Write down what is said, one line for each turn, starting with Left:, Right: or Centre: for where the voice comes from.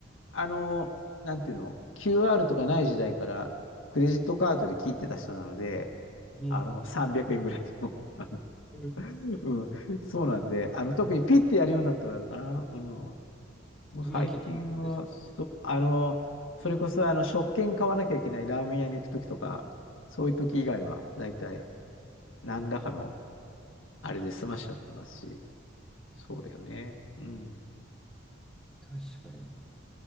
Left: あの、なんていうの、QR とかない時代から、クレジットカードで切ってた人なので、
Centre: うん。
Left: あの、300円ぐらいでも、あ
Centre: うん
Left: の、うん、そうなんで、あの、特にピッてやるようになってからかな。うん。もう最近は、
Centre: 今は結構ですか。
Left: そう、あの、それこそあの食券買わなきゃいけないラーメン屋に行くときとか、そういうとき以外は、だいたい何らかのあれで済ましちゃってますし、そうだよね。うん。
Centre: 確かに。